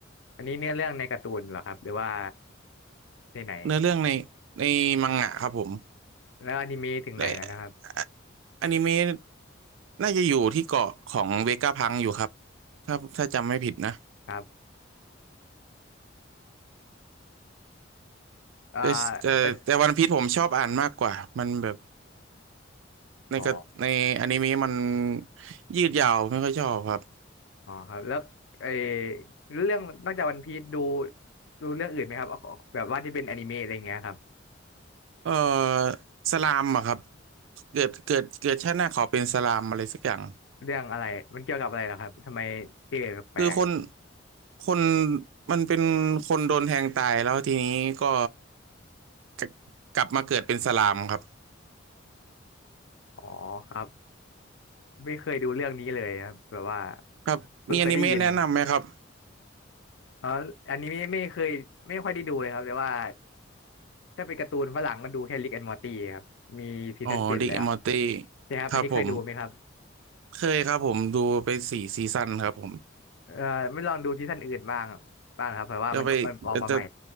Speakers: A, on the left (about 70°); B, on the right (about 80°).
A: อันนี้เนื้อเรื่องในการ์ตูนเหรอครับหรือว่าในไหน
B: เนื้อเรื่องในในมังงะครับผม
A: แล้วอนิเมะถึงไหนแล้วนะครับ
B: แต่ออนิเมะน่าจะอยู่ที่เกาะของเวก้าพังอยู่ครับถ้าถ้าจำไม่ผิดนะ
A: ครับอ่า
B: แต่แต่แต่วันพีซผมชอบอ่านมากกว่ามันแบบ
A: เป็น
B: ในกระในอนิเมะมัน
A: อ๋อ
B: ยืดยาวไม่ค่อยชอบครับ
A: อ๋อครับแล้วไอ้เรื่องนอกจากวันพีซดูดูเรื่องอื่นไหมครับเอาแบบว่าที่เป็นอนิเมะอะไรเงี้ยครับ
B: เออสลามอะครับเกิดเกิดเกิดชาติหน้าขอเป็นสลามอะไรสักอย่าง
A: เรื่องอะไรมันเกี่ยวกับอะไรเหรอครับทำไมชื่อแปลก
B: คือคนคนมันเป็นคนโดนแทงตายแล้วทีนี้ก็ จะกลับมาเกิดเป็นสลามครับ
A: ๆอ๋อครับไม่เคยดูเรื่องนี้เลยครับแบบว่า
B: ครับมีอนิเมะแนะนำไหมครับ
A: เพิ่งเคยได้ยิน อ๋ออันนี้ไม่ไม่เคยไม่ค่อยได้ดูเลยครับแต่ว่าถ้าเป็นการ์ตูนฝรั่งก็ดูแค่ Rick and Morty ครับมีซีซั่นเจ็ดแล้ว
B: อ๋อริกแอนมอร์ตี้
A: นะครับอันนี้เคยดูไหมครับ
B: ครับผมเคยครับผมดูไปสี่ซีซั่นครับผม
A: เอ่อไม่ลองดูซีซั่นอื่นบ้างบ้างครับเพราะว่ามันมันออกมาใหม่
B: เดี๋ยวไปเดี๋ยวจะ